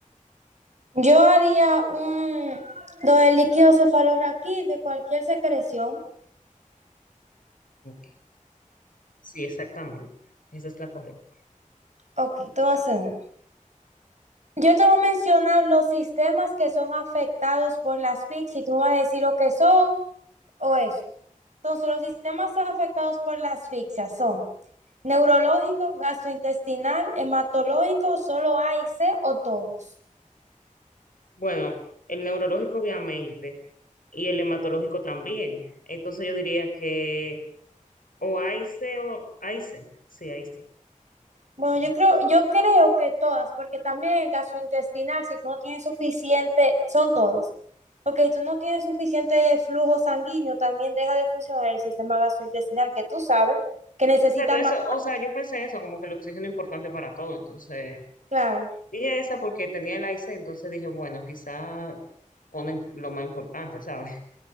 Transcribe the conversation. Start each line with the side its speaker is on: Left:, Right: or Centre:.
Right: yo haría un... Lo del líquido cefalorraquí de cualquier secreción.
Left: Ok. Sí, exactamente. Esa es la correcta.
Right: Ok, te voy a hacer uno. Yo te voy a mencionar los sistemas que son afectados por las asfixia y tú me vas a decir lo que son o eso. Entonces, los sistemas afectados por la asfixia son neurológico, gastrointestinal, hematológico, solo A y C o todos.
Left: Bueno, el neurológico obviamente y el hematológico también. Entonces yo diría que o AIC o AIC, sí, AIC.
Right: Bueno, yo creo, yo creo que todas, porque también el gastrointestinal, si tú no tienes suficiente, son todos. Porque si tú no tienes suficiente flujo sanguíneo, también deja de funcionar el sistema gastrointestinal, que tú sabes que necesita
Left: Exacto, eso,
Right: más.
Left: o sea, yo pensé en eso, como que el oxígeno es importante para todo, entonces
Right: Claro,
Left: Dije esa porque tenía el IC, entonces dije, bueno, quizá ponen lo más importante, ¿sabes?